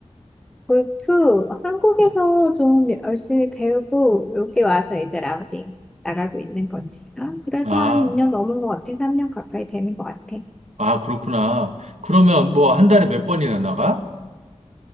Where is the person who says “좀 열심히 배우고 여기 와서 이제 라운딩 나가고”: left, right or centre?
Centre